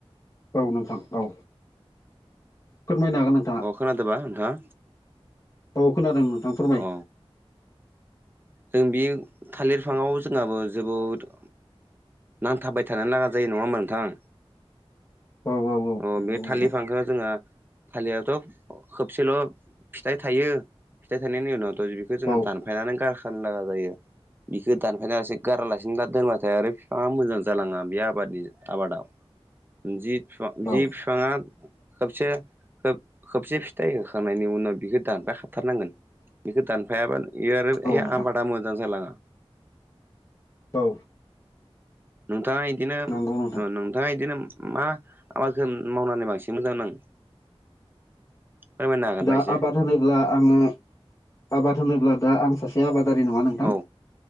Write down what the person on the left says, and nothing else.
औ नोंथां औ फोरमायनो हागोन नोंथां
औ खोनादों नोंथां फोरमाय
औ औ औ
नंगौ
नोंथां
औ
औ
औ औ नोंथां
औ
नंगौ नोंथां
दा
आबाद होनोब्ला आङो आबाद होनोब्ला दा आं सासे बे आबादारि नङा नोंथां